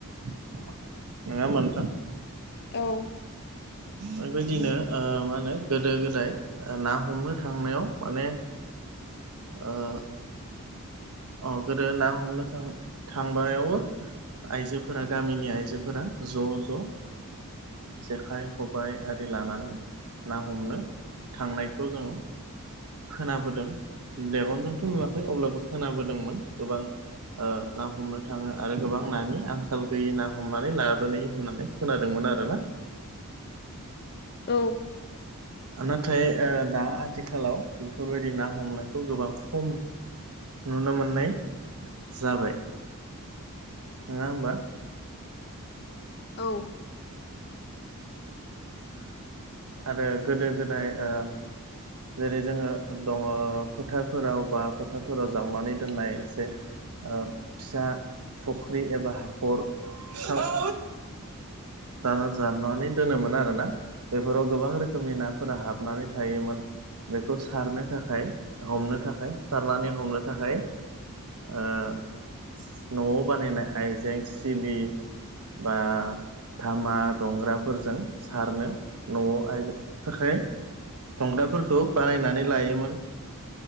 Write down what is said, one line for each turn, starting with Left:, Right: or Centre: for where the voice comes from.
Right: नङा होनबा नोंथां
Left: औ
Right: बेबायदिनो ओ- मा होनो गोदो गोदाय ना हमनो थांनायाव माने ओ औ गोदो ना हमनो थां थांबावबो आइजोफोरा गामिनि आइजोफोरा ज' ज' जेखाइ खबाय आरि लानानै ना हमनो थांनायखौ जोङो खोनाबोदों मेगनजोंथ' नुवा अब्लाबो खोनाबोदोंमोन गोबां ओ- ना हमनो थाङो आरो गोबां नानि आंखाल गैयि ना हमनानै लाबोनो होननानै खोनादोंमोन आरो ना
Left: औ
Right: नाथाय ओ- दा आथिखालाव बेफोरबायदि ना हमनायखौ गोबां खम नुनो मोननाय जाबाय नङा होमबा
Left: औ
Right: आरो गोदो गोदाय ओ- जेरै जोङो दङ फोथारफोराव बा फोथारफोराव जावनानै दोननाय एसे ओ- फिसा फुख्रि एबा हाखर फि <inaudible> दाना जाननानै दोनोमोन आरो ना बेफोराव गोबां रोखोमनि नाफोरा हाबनानै थायोमोन बेखौ सारनो थाखाय हमनो थाखाय सारनानै हमनो थाखाय ओ- न'आव बानायनाय आइजें सिलि बा धामा दंग्राफोरजों सारनो न'आव आ धंग्राफोरखौ बानायनानै लायोमोन